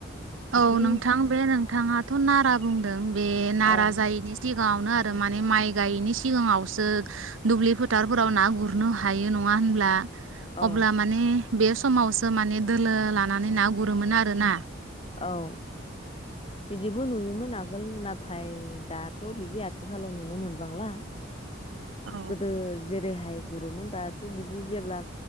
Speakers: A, on the left; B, on the right.
A: बिदि
B: औ नोंथां बे नोंथाङाथ नारा बुंदों बे नारा
A: औ
B: जायिनि <unintelligible> गाङावनो आरो माने माइ गायैनि सिगाङावसो दुब्लि फोथारफोराव ना गुरनो हायो नङा होनब्ला
A: औ
B: अब्ला माने बे समावसो माने दोलो लानानै ना गुरोमोन आरोना
A: औ बिदिबो नुयोमोन आगोल नाथाय दाथ' बिदि आथिखालाव नुनो मोनबांला
B: औ
A: गोदो जेरेहाय गुरोमोन दाथ बिदि जेब्ला